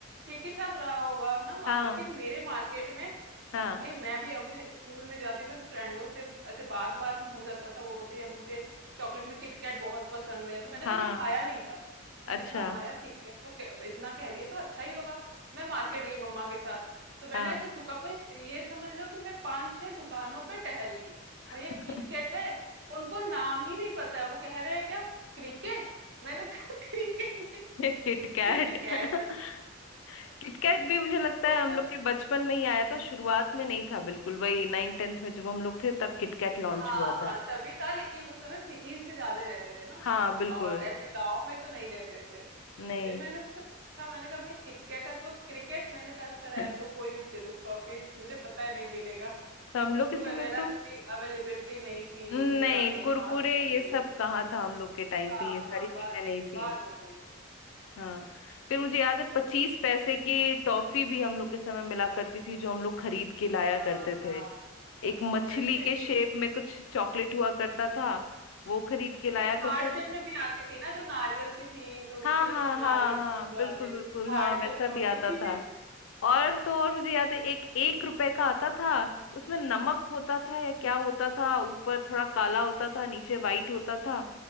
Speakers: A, on the right; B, on the left.
A: ठीक ही ठाक रहा होगा ना मा-
B: हाँ
A: लेकिन मेरे मार्केट में
B: हाँ
A: म- भाई मैं भी अपने स्कूल में जाती थी तो फ्रेंडों से ऐसे बात बात में हो जाता था वो बोलते यार मुझे चॉकलेट में किटकैट बहुत पसंद है तो मैंने
B: हाँ
A: कभी खाया नहीं था
B: अच्छा
A: मैंने कहा हाँ यार किटकैट तो कै- इतना कह रही है तो अच्छा ही होगा मैं मार्केट गई मम्मा के साथ तो मैंने
B: हाँ
A: ऐसे दुकान में ये समझ लो कि मैं पांच छह दुकानों पे टहल ली भैया
B: <laughs>
A: किटकैट है उनको नाम ही नहीं पता है वो कह रहे हैं क्या क्रिकेट मैंने कहा <laughs> क्रिकेट नहीं
B: किटकैट
A: किटकैट
B: <laughs>
A: <laughs>
B: किटकैट भी मुझे लगता
A: वो
B: है
A: सब
B: हम लोग के बचपन में ही आया था शुरुआत में नहीं था बिल्कुल वही नाइन टेंथ में जब हम लोग थे तब किटकैट लॉन्च
A: हाँ
B: हुआ था
A: हाँ तभी था लेकिन उस समय सिटीज में ज्यादा रहते थे ना
B: हाँ बिल्कुल
A: और ऐसे गांव में तो नहीं रहते थे तो
B: नहीं
A: भाई मैंने उससे पूछा मैंने कहा भैया किटकैट है तो क्रिकेट मैंने कहा अच्छा रहने
B: <laughs>
A: दो कोई भी दे दो टॉफी मुझे पता है नहीं मिलेगा
B: तो
A: कुरकुरे
B: हम लोग के समय
A: वगैरह
B: तो
A: की भी अवेलेबिलिटी नहीं थी
B: नहीं
A: उतनी ज्यादा
B: कुरकुरे
A: बाद में हुई
B: ये सब कहाँ था हम लोग के टाइम
A: हाँ
B: पे ये सारी
A: हाँ बाद
B: चीजें नहीं
A: में
B: थी
A: बाद में हुई वो
B: हाँ फिर मुझे याद है पच्चीस पैसे की टॉफी भी हम लोग के समय मिला करती थी जो हम लोग खरीद के लाया
A: हाँ
B: करते
A: हाँ
B: थे
A: पच्चीस
B: एक मछली
A: पैसे
B: के
A: की
B: शेप में कुछ चॉकलेट हुआ करता था वो खरीद के लाया
A: एक
B: करते
A: हार्ट शेप
B: थे
A: में भी आती थी ना जो नारियल की थी थोड़ी
B: हाँ
A: सी
B: हाँ
A: उसमें नारियल
B: हाँ हाँ
A: की बुरादे
B: बिल्कुल बिल्कुल
A: हार्ट
B: हाँ वैसा
A: शेप में होती
B: भी आता
A: थी
B: था
A: <laughs>
B: और तो और मुझे याद है एक एक रुपए का आता था उसमें नमक होता था या क्या होता था ऊपर थोड़ा काला होता था नीचे वाइट होता था